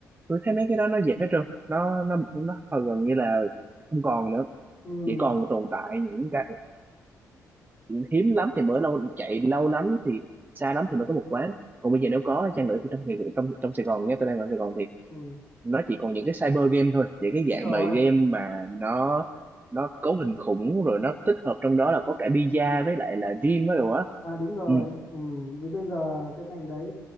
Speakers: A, on the right; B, on the left.
A: tôi thấy mấy cái đó nó dẹp hết trơn nó nó nó hầu gần như là không còn nữa
B: ừ
A: chỉ còn tồn tại những cái hiếm lắm thì mới lâu chạy lâu lắm thì xa lắm thì mới có một quán còn bây giờ nếu có chăng nữa thì trong Sài, trong trong Sài Gòn nhé tôi đang ở Sài Gòn
B: ừ
A: nó chỉ còn những cái cyber game thôi những cái
B: đúng
A: dạng
B: rồi
A: mà game mà nó nó cấu hình khủng rồi nó tích hợp trong đó là có cả pizza với lại là gym á đồ á
B: à đúng rồi
A: ừ
B: ừ. vì bây giờ cái ngành đấy